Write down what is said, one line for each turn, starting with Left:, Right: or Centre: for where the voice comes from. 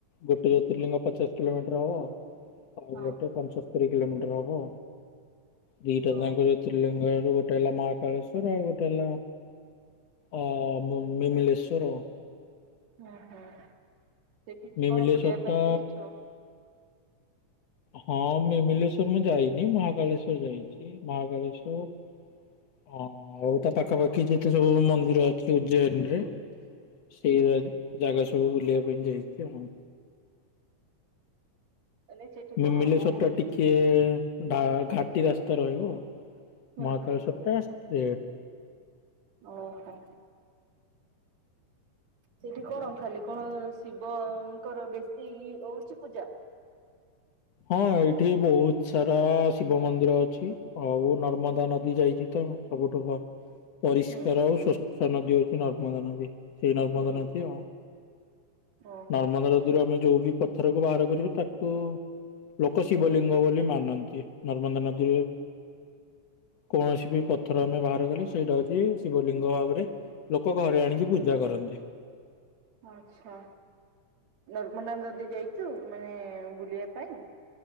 Left: ଗୋଟେ ଜ୍ୟୋତିର୍ଲିଙ୍ଗ ପଚାଶ କିଲୋମିଟର ହବ। ଆଉ
Right: ହଁ
Left: ଗୋଟେ ପଞ୍ଚସ୍ତରୀ କିଲୋମିଟର ହବ ଦିଟା
Right: ଓ
Left: ଯାଙ୍କ ଜ୍ୟୋ ତିଲିଙ୍ଗ ରୁ ଗୋଟେ ହେଲା ମହାକାଳେଶ୍ଵର ଆଉ ଗୋଟେ ହେଲା ଅ, ମ-ମିମିଲେଶ୍ବର।
Right: ଓ ହୋ, ସେଠିକି
Left: ମିମିଲେଶ୍ଵର
Right: କଣ ବୁଲିବା ପାଇଁ
Left: ଟା
Right: ଯାଇଛ?
Left: ହଁ ମିମିଲେଶ୍ୱର ମୁଁ ଯାଇନି, ମହାକାଳେଶ୍ଵର ଯାଇଛି। ମହାକାଳେଶ୍ଵର ଆଉ ତା ପାଖାପାଖି ଯେତେ ସବୁ ମନ୍ଦିର ଅଛି ଉଜ୍ଜୟନୀ ରେ। ସେଇ <unintelligible> ଜାଗା ସବୁ ବୁଲିବା ପାଇଁ ଯାଇଛି ଆଉ।
Right: ମାନେ ସେଠି କଣ
Left: ମିମିଲେଶ୍ୱର
Right: ବହୁତ
Left: ଟା ଟିକେ ଡା-ଘାଟି ରାସ୍ତା ରହିବ।
Right: ହୁଁ
Left: ମହାକାଳେଶ୍ଵରଟା
Right: ହୁଁ
Left: ଷ୍ଟ୍ରେ
Right: ଓହୋ। ସେଇଠି କଣ ଖାଲି କଣ ଶିବଙ୍କର ବେଶୀ ହଉଛି ପୂଜା?
Left: ହଁ ଏଇଠି ବହୁତ ସାରା ଶିବ ମନ୍ଦିର ଅଛି। ଆଉ ନର୍ମଦା ନଦୀ ଯାଇଛି ତ। ସବୁଠୁ ଭ-ପରିଷ୍କାର
Right: ହୁଁ
Left: ଓ ସ୍ବଚ୍ଛ ନଦୀ ହଉଛି ନର୍ମଦା ନଦୀ। ସେଇ ନର୍ମଦା
Right: ହୁଁ
Left: ନଦୀ ଆ,
Right: ଓହୋ।
Left: ନର୍ମଦା ନ ଦୀରୁ ଆମେ ଯୋଉ ବି ପଥରକୁ ବାହାର କରିବୁ ତାକୁ ଲୋକ ଶିବଲିଙ୍ଗ ବୋଲି ମାନନ୍ତି। ନର୍ମଦା ନଦୀରେ କୌଣସି ବି ପଥର ଆମେ ବାହାର କଲେ ସେଇଟା ହଉଛି ଶିବଲିଙ୍ଗ ଭାବରେ ଲୋକ ଘରେ ଆଣିକି ପୂଜା କରନ୍ତି।
Right: ଆଚ୍ଛା, ନର୍ମଦା ନଦୀ ଯାଇଛୁ ମାନେ ବୁଲିବା ପାଇଁ?